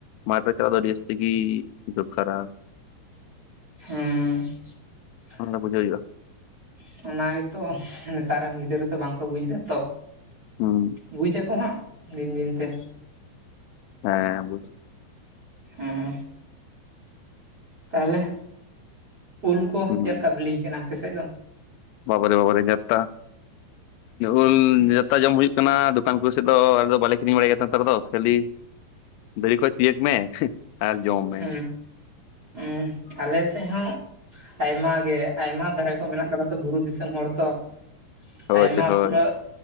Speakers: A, on the left; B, on the right.
A: ᱢᱟᱴᱷᱨᱮ ᱪᱟᱞᱟᱣ ᱫᱚ ᱟᱹᱰᱤ ᱡᱟᱹᱥᱛᱤ ᱜᱮ ᱫᱚᱨᱠᱟᱨᱟ ᱾
B: ᱦᱮᱸ ᱾
A: ᱚᱱᱟ ᱫᱚ ᱵᱩᱡᱷᱟᱹᱣ ᱦᱩᱭᱩᱜᱼᱟ
B: ᱚᱱᱟ ᱜᱮᱛᱚ ᱱᱮᱛᱟᱨ ᱨᱮᱱ ᱜᱤᱫᱽᱨᱟᱹ ᱛᱚ ᱵᱟᱝᱠᱚ ᱵᱩᱡ ᱫᱟ ᱛᱚ ᱾
A: ᱦᱩᱸ
B: ᱵᱩᱡ ᱟᱠᱚ ᱦᱟᱸᱜ ᱫᱤᱱ ᱫᱤᱱ ᱫᱤᱱᱛᱮ
A: ᱦᱮᱸ <unintelligible> ᱾
B: ᱦᱩᱢᱸ ᱛᱟᱦᱚᱞᱮ, ᱩᱞ ᱠᱚ
A: ᱦᱩᱸ
B: ᱪᱮᱫ ᱞᱮᱠᱟ ᱵᱤᱞᱤ ᱠᱟᱱᱟ ᱟᱯᱮ ᱥᱮᱫ ᱫᱚ?
A: ᱵᱟᱵᱟᱨᱮ ᱵᱟᱵᱟᱨᱮ ᱡᱟᱛᱛᱟ ᱾
B: <inaudible>
A: ᱩᱞ ᱡᱚᱛᱚ ᱡᱚᱢ ᱦᱩᱭᱩᱜ ᱠᱟᱱᱟ ᱫᱚᱠᱟᱱ ᱠᱚ ᱥᱮᱫ ᱫᱚ ᱵᱟᱞᱮ ᱠᱤᱨᱤᱧ ᱵᱟᱲᱟᱭ ᱜᱮᱭᱟ ᱱᱮᱛᱟᱨ ᱫᱚ ᱠᱷᱟᱹᱞᱤᱼᱼ ᱵᱤᱞᱤ ᱠᱚ ᱛᱤᱭᱹᱟᱜ ᱢᱮ ᱟᱨ ᱡᱚᱢ
B: <inaudible>
A: ᱢᱮ
B: ᱟᱞᱮ ᱥᱮᱫ ᱦᱚᱸᱼᱼ ᱟᱭᱢᱟ ᱜᱮ ᱟᱭᱢᱟ ᱫᱷᱟᱨᱮ ᱠᱚ ᱢᱮᱱᱟᱜ ᱠᱟᱫᱟ ᱛᱚ ᱵᱩᱨᱩ ᱫᱤᱥᱚᱢ ᱦᱚᱲ ᱛᱚ ᱾
A: ᱦᱳᱭ
B: ᱟᱭᱢᱟ
A: ᱦᱳᱭ
B: ᱯᱩᱨᱟᱹ